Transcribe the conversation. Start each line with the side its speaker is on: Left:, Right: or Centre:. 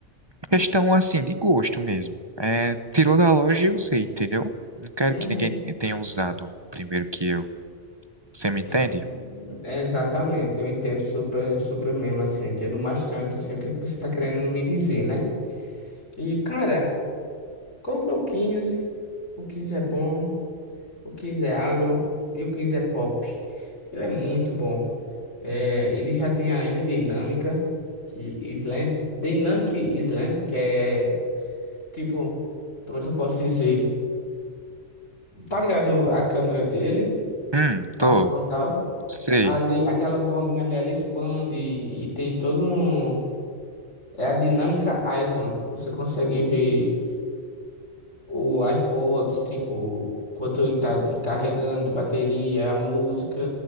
Right: Questão assim de gosto mesmo. É, tirou da loja e usei, entendeu? Não quero
Left: Uhum.
Right: que ninguém tenha usado primeiro que eu. Você me entende?
Left: Uhum. É, Exatamente, eu entendo super, super mesmo, assim, eu entendo bastante, assim, o que é que você tá querendo me dizer, né? E, cara, compra o 15, o 15 é bom, o 15 é agro e o 15 é pop. Ele é muito bom. É, ele já tem a Ilha Dinâmica, que Island, Dynamic Island, que é tipo, como é que eu posso dizer? Tá ligado a câmera dele,
Right: Hum,
Left: a
Right: tô.
Left: frontal,
Right: Sei.
Left: ali, aquela bolinha ali, ela expande e tem todo um. É a Dinâmica Island. Você consegue ver o iPods, tipo, quanto ele tá te carregando, bateria, a música,